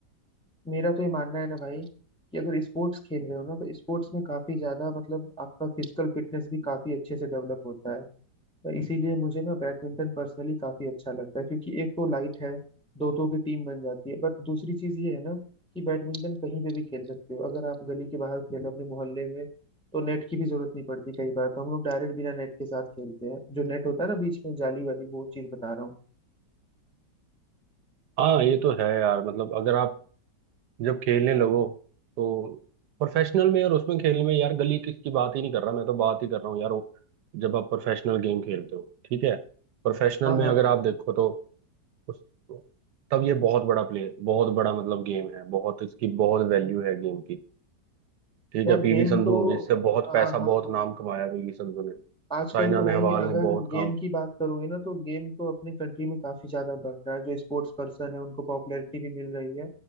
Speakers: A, in the centre; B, on the right.
A: मेरा तो ये मानना है ना भाई कि अगर स्पोर्ट्स खेल रहे हो ना तो स्पोर्ट्स में काफी ज्यादा मतलब आपका फिजिकल फिटनेस भी काफी अच्छे से डेवलप होता है तो इसीलिए मुझे ना बैडमिंटन पर्सनली काफी अच्छा लगता है क्योंकि एक तो लाइट है दो दो की टीम बन जाती है बट दूसरी चीज ये है ना कि बैडमिंटन कहीं पे भी खेल सकते हो अगर आप गली के बाहर खेलो अपने मोहल्ले में तो नेट की भी जरूरत नहीं पड़ती कई बार तो हम लोग डायरेक्ट बिना नेट के साथ खेलते हैं जो नेट होता है ना बीच में जाली वाली वो चीज बता रहा हूँ
B: हाँ ये तो है यार मतलब अगर आप जब खेलने लगो तो प्रोफेशनल में और उसमें खेलने में यार गली किस की बात ही नहीं कर रहा मैं तो बात ही कर रहा हूँ यार वो जब आप प्रोफेशनल गेम खेलते हो ठीक है प्रोफेशनल
A: हाँ
B: में
A: हाँ
B: अगर आप देखो तो उस तब ये बहुत बड़ा प्ले बहुत बड़ा मतलब गेम है बहुत इसकी बहुत वैल्यू है गेम की ठीक
A: यार
B: है पीवी
A: गेम
B: संधू
A: तो
B: हो गई इससे बहुत
A: हाँ
B: पैसा
A: हाँ
B: बहुत
A: हाँ
B: नाम कमाया पीवी संधू ने
A: आजकल
B: साइना
A: तो
B: नेहवाल
A: भाई अगर
B: ने बहुत
A: गेम
B: काम
A: की बात करोगे ना तो गेम तो अपनी कंट्री में काफी ज्यादा बढ़ रहा है जो स्पोर्ट्स पर्सन है उनको पॉपुलैरिटी भी मिल रही है